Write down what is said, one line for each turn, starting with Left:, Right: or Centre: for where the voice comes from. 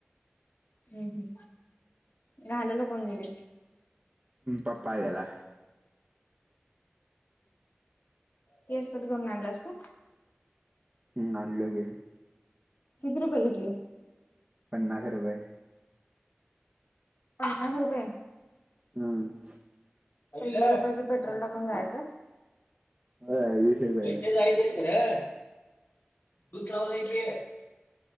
Left: हम् हम्. घालायला कोण गेलं?
Right: पप्पा गेलाय.
Left: केस कट करून आणलास तू?
Right: हम् आणलं कि.
Left: किती रुपये घेतले?
Right: पन्नास रुपये.
Left: पन्नास रुपये
Right: हम्म.
Left: शंभर रुपयाच पेट्रोल टाकून जायचं
Right: होय वीस रुपयाचा
Left: पैसे जायचे खर दूध लाव जायचे <unintelligible>